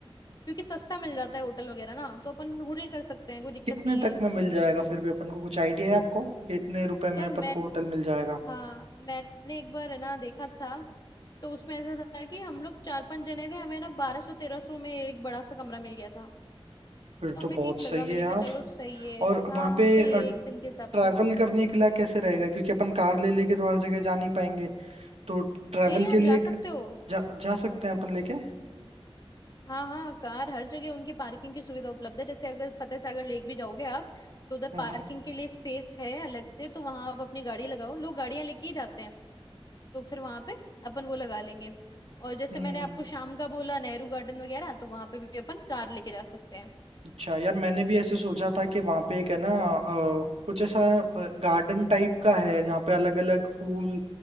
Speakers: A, on the left; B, on the right.
A: क्योंकि सस्ता मिल जाता है होटल वगैरह ना तो अपन होटल कर सकते हैं कोई दिक्कत
B: कितने
A: नहीं है
B: तक में मिल जाएगा फिर भी अपन को कुछ आइडिया है आपको कि इतने रुपए
A: यार
B: में अपन
A: मैं
B: को होटल मिल जाएगा
A: हाँ मैंने एक बार है ना देखा था तो उसमें ऐसा था कि हम लोग चार पांच जने थे हमें ना बारह सौ तेरह सौ में एक बड़ा सा कमरा मिल गया था
B: फिर
A: तो हमें
B: तो बहुत
A: ठीक लगा
B: सही
A: मैंने
B: है यार
A: कहा चलो सही है
B: और
A: हाँ
B: वहां पे
A: सही है एक दिन के हिसाब
B: ट्रैवल
A: से
B: करने के लिए कैसे रहेगा क्योंकि अपन कार ले लेके तो हर जगह जा नहीं पाएंगे तो ट्रैवल
A: नहीं नहीं आप
B: के लिए
A: जा सकते हो
B: जा, जा सकते हैं अपन लेके
A: हाँ हाँ कार हर जगह उनके पार्किंग की सुविधा उपलब्ध है जैसे अगर फतेह सागर लेक भी जाओगे आप तो उधर
B: हम्म
A: पार्किंग
B: हम्म
A: के लिए स्पेस है अलग से तो वहां आप अपनी गाड़ी लगाओ लोग गाड़ियां लेके ही जाते हैं तो फिर वहां पे अपन वो लगा लेंगे और जैसे
B: हम्म,
A: मैंने आपको शाम का बोला नेहरू गार्डन वगैरह तो वहां पे भी अपन कार लेके जा सकते हैं
B: अच्छा यार मैंने भी ऐसे सोचा था कि वहां पे एक है ना अ,
A: हम्म
B: कुछ ऐसा गार्डन टाइप का है जहाँ पे अलग अलग फूल
A: हम्म।